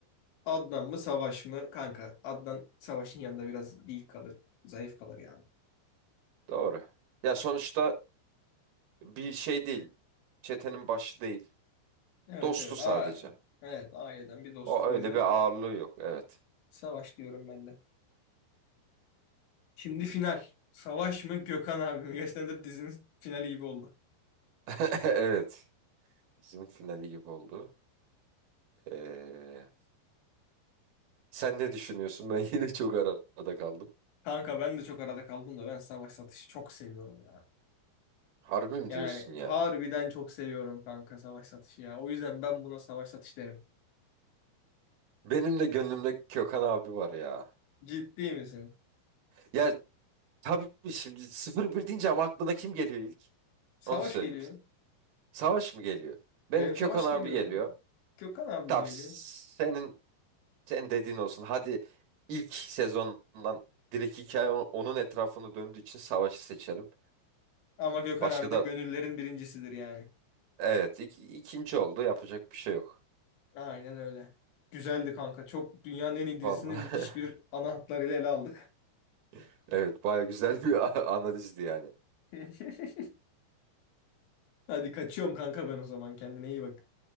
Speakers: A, on the left; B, on the right.
A: Adnan mı Savaş mı? Kanka Adnan Savaş'ın yanında biraz değil kalır. Zayıf kalır yani.
B: Doğru. Ya sonuçta bir şey değil. Çetenin başı değil.
A: Evet
B: Dostu
A: evet.
B: sadece.
A: Aa, evet aileden bir dost.
B: O
A: O
B: öyle
A: yüzden
B: bir ağırlığı yok. Evet.
A: Savaş diyorum ben de. Şimdi final. Savaş mı Gökhan abi mi? Gerçekten de dizinin finali gibi oldu.
B: <laughs> Evet. Bizim finali gibi oldu. Ee, sen ne düşünüyorsun? Ben <laughs> yine çok arada kaldım.
A: Kanka ben de çok arada kaldım da ben Savaş Satış'ı çok seviyorum ya.
B: Harbi mi
A: Yani
B: diyorsun ya?
A: harbiden çok seviyorum kanka Savaş Satış'ı ya. O yüzden ben buna Savaş Satış derim.
B: Benim de gönlümde Kökan abi var ya.
A: Ciddi misin?
B: Ya Tabii şimdi sıfır bir deyince ama aklına kim geliyor ilk?
A: Savaş
B: Onu söyleyeyim
A: geliyor.
B: sana. Savaş mı geliyor?
A: Benim
B: Benim Kökan
A: Savaş
B: abi
A: geliyor.
B: geliyor.
A: kanka. Gökhan abi
B: Tamam
A: mi geliyor?
B: senin senin dediğin olsun. Hadi ilk sezondan direkt hikaye o- onun etrafını döndüğü için savaşı seçelim.
A: Ama Gökhan
B: Başka
A: abi de
B: da
A: gönüllerin birincisidir yani.
B: evet ik- ikinci oldu yapacak bir şey yok.
A: Aynen öyle. Güzeldi kanka. Çok dünyanın en iyi dizisini
B: Vallahi
A: müthiş bir ana hatlarıyla ele aldık.
B: <laughs> evet baya güzel bir <laughs> analizdi yani.
A: <laughs> Hadi kaçıyorum kanka ben o zaman. Kendine iyi bak.